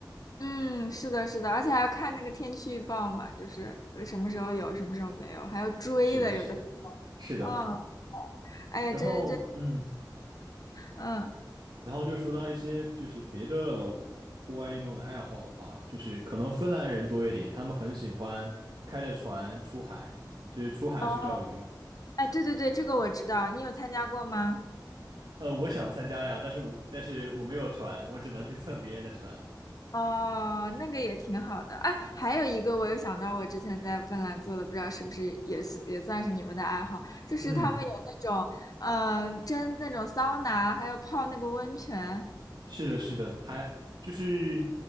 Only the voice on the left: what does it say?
嗯，是的，是的，而且还要看那个天气预报嘛，就是呃什么时候有，什么时候没有，还要追的，
有的时
候，嗯，哎呀，
真真，
嗯，
呃哎，对对对，这个我知道，你有参加过吗？
哦，那个也挺好的，哎，还有一个我有想到，我之前在芬兰做的，不知道是不是也是也算是你们的爱好，就是他们有那种，
嗯、蒸那种桑拿，还有泡那个温泉，